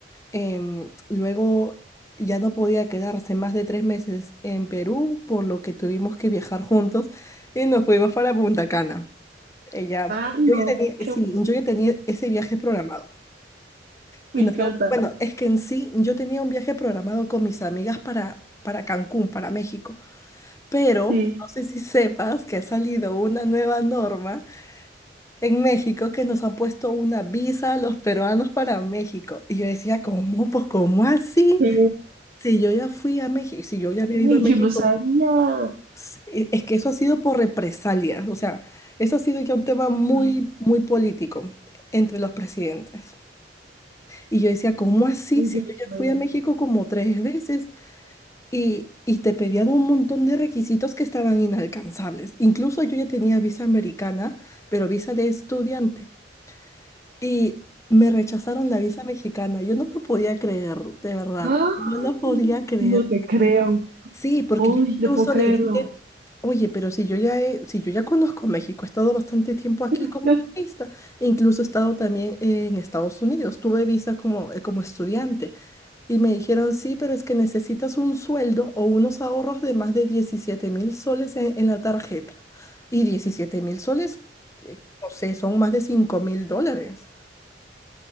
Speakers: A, on the left (about 15°); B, on the right (about 50°).
A: Em, luego ya no podía quedarse más de tres meses en Perú, por lo que tuvimos que viajar juntos y nos fuimos para Punta Cana. Ella,
B: Ah, no,
A: yo ya tenía,
B: qué
A: sí,
B: bueno,
A: yo ya tenía ese viaje programado. Y
B: me
A: nos
B: encanta.
A: fuimos, bueno, es que en sí yo tenía un viaje programado con mis amigas para, para Cancún, para México, pero
B: Sí.
A: no sé si sepas que ha salido una nueva norma en México que nos han puesto una visa a los peruanos para México. Y yo decía, ¿cómo? Pues, ¿cómo así?
B: ¿Qué?
A: Si yo ya fui a México, si yo ya había ido
B: Ay,
A: a México,
B: yo no sabía.
A: s- e- es que eso ha sido por represalias, o sea, eso ha sido ya un tema muy,
B: Ay,
A: muy político entre los presidentes. Y yo decía, ¿cómo así?
B: yo
A: Si
B: no
A: yo
B: sabía.
A: ya fui a México
B: <gasps>
A: como tres veces y, y te pedían un montón de requisitos que estaban inalcanzables. Incluso yo ya tenía visa americana, pero visa de estudiante. Y me rechazaron la visa mexicana. Yo no lo podía creer, de verdad.
B: Ah,
A: No lo podía creer.
B: no te creo.
A: Sí, porque
B: Uy,
A: yo incluso
B: no puedo creerlo.
A: les dije, Oye, pero si yo ya he- si yo ya conozco México, he estado bastante tiempo aquí
B: <laughs>
A: como turista, e incluso he estado también en Estados Unidos, tuve visa como, eh, como estudiante y me dijeron, sí, pero es que necesitas un sueldo o unos ahorros de más de diecisiete mil soles en, en la tarjeta. Y diecisiete mil soles, eh, no sé, son más de cinco mil dólares.